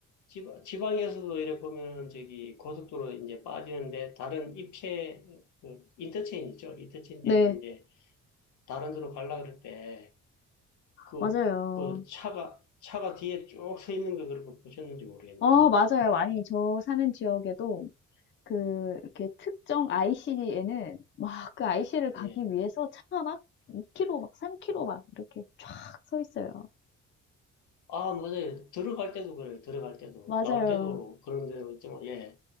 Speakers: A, on the left; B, on the left.
A: 지방, 지방에서도 이래 보면은 저기 고속도로 이제 빠지는데 다른 입체 그 인터체인지 죠 인터체인지에서
B: 네
A: 이제 다른 데로 갈라 그럴 때 그
B: 맞아요
A: 그 차가 차가 뒤에 쭉 서 있는 거 그렇게 보셨는지 모르겠네요.
B: 아 맞아요. 많이 저 사는 지역에도 그 이렇게 특정 IC에는 막 그 IC를 가기
A: 예.
B: 위해서 차가 막 2km 막 3km 막 이렇게 쫙 서 있어요.
A: 아, 맞아요. 들어갈 때도 그래요. 들어갈 때도
B: 맞아요.
A: 나올 때도 그런 데도 있지만 예.